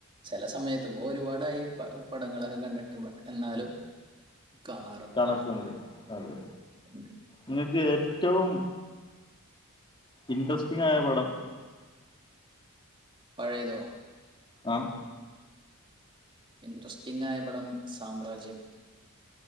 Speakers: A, on the right; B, on the left.
A: ചെല സമയത്ത് ഇപോ ഒരുപാടായി പ പടങ്ങളൊക്കെ കണ്ടിട്ട് ബട്ട്‌ എന്നാലും. കാണാറുണ്ട്
B: കാണാശ്രമിക്കും അതെ.
A: ഉണ്ട്.
B: ഇങ്ങക്ക് ഏറ്റും ഇന്ട്രസ്റ്റിംങ്ങായ പടം.
A: പഴയെതോ.
B: ആഹ്
A: ഇൻട്രസ്റ്റിങ്ങായപടം സാമ്രാജ്യം.